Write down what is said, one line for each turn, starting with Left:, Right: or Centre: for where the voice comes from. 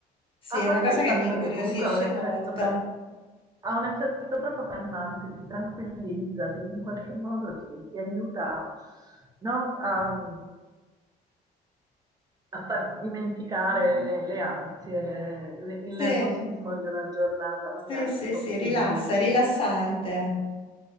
Left: sì,
Right: A
Left: è
Right: parte
Left: una cosa
Right: il
Left: che
Right: fatto
Left: mi incuriosisce
Right: che comunque ha un effetto,
Left: molto.
Right: ca- ha un effetto proprio calmante, ti tranquillizza, ti- in qualche modo ti, ti aiuta, no? A, a far dimenticare le, le ansie, le- le- il nervosismo
Left: Sì,
Right: di una giornata magari
Left: sì, sì,
Right: un po'
Left: sì,
Right: più...
Left: rilassa, è rilassante.